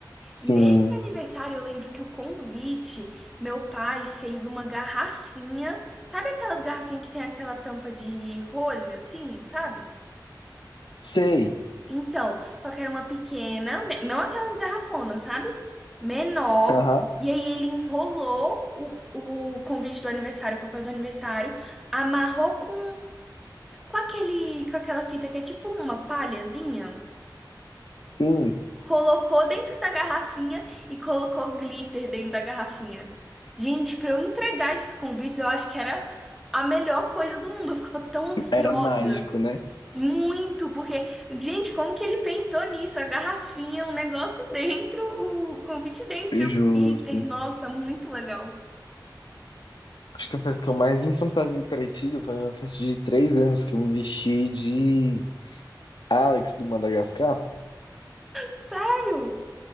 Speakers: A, on the left; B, in the centre.
A: sim.
B: Nesse aniversário, eu lembro que o convite, meu pai fez uma garrafinha. Sabe aquelas garrafinhas que tem aquela tampa de rolha, assim, sabe?
A: Sei.
B: Então, só que era uma pequena, me- não aquelas garrafonas, sabe? Menor.
A: Aham,
B: E aí ele enrolou o, o convite do aniversário, o papel do aniversário, amarrou com, com aquele, com aquela fita que é tipo uma palhazinha.
A: sim.
B: colocou dentro da garrafinha e colocou glitter dentro da garrafinha. Gente, pra eu entregar esses convites, eu acho que era a melhor coisa do mundo. Eu ficava tão ansiosa.
A: Era mágico, né?
B: Muito, porque, gente, como que ele pensou nisso? A garrafinha, o negócio dentro, o convite dentro
A: Justo.
B: e o glitter. Nossa, muito legal.
A: Acho que a festa que eu mais me fantasiei parecido foi uma festa de três anos que eu me vesti de Alex do Madagascar.
B: Sério?